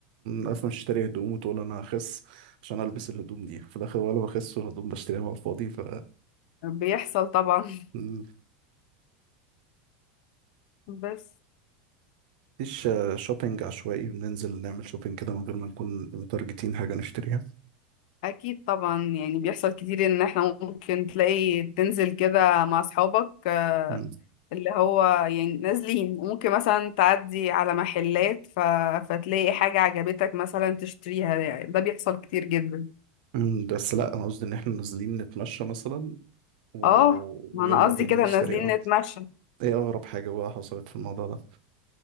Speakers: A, on the right; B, on the left.
A: عارف مش اشتري هدوم وتقول انا هخس عشان البس الهدوم دي في الاخر ولا بخس والهدوم بشتريها على الفاضي ف
B: <laughs> بيحصل طبعا
A: مم.
B: بس
A: مفيش آه، شوبينج عشوائي بننزل نعمل شوبينج كده من غير ما نكون متارجتين حاجه نشتريها
B: اكيد طبعا يعني بيحصل كتير ان احنا ممكن تلاقي تنزل كده مع اصحابك آه،
A: مم.
B: اللي هو يعني نازلين وممكن مثلا تعدي على محلات ف... فتلاقي حاجة عجبتك مثلا تشتريها ده ده بيحصل كتير جدا
A: مم، بس لا انا قصدي ان احنا نازلين نتمشى مثلا و...
B: اه ما
A: ويلا
B: انا قصدي
A: بينا
B: كده
A: نشتري
B: نازلين
A: اه
B: نتمشى
A: ايه اغرب حاجه بقى حصلت في الموضوع ده